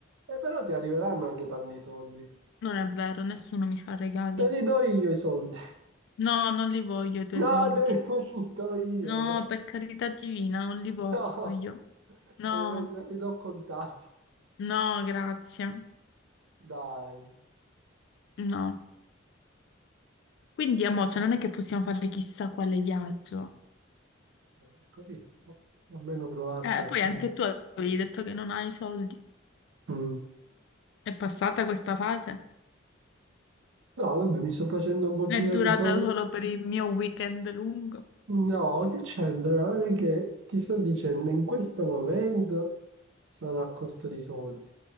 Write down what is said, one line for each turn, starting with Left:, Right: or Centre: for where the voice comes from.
Right: E però ti arriveranno anche tanti soldi,
Left: Non è vero, nessuno mi fa regali.
Right: Te li do io i soldi. <laughs>
Left: No, non li voglio i tuoi
Right: No,
Left: soldi.
Right: te li <laughs> do io.
Left: No, per carità divina, non li voglio.
Right: No,
Left: No,
Right: te li, te li do contati.
Left: no, grazie.
Right: Dai,
Left: No. Quindi, amore, cioè, non è che possiamo fare chissà quale viaggio.
Right: Eh, ho capito. Almeno provarci
Left: Eh,
Right: un attimo.
Left: poi anche tu avevi detto che non hai soldi.
Right: Mm.
Left: È passata questa fase?
Right: No, vabbè, mi sto facendo un pochino
Left: È durata
Right: di soldi.
Left: solo per il mio weekend lungo?
Right: No, che c'entra? Guarda che ti sto dicendo, in questo momento sono a corto di soldi.